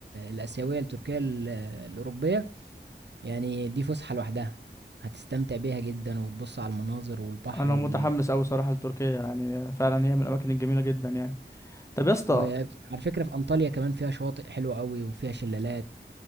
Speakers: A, on the right; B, on the left.
A: الآسيوية لتركيا ال- الأوروبية يعني دي فسحة لوحدها هتستمتع بيها جدا وتبص على المناظر والبحر
B: انا
A: وال...
B: متحمس اوي صراحة لتركيا يعني فعلا هي من الاماكن الجميلة جدا يعني طب يا اسطى
A: وعلى فكرة في أنطاليا كمان فيها شواطئ حلوة قوي وفيها شلالات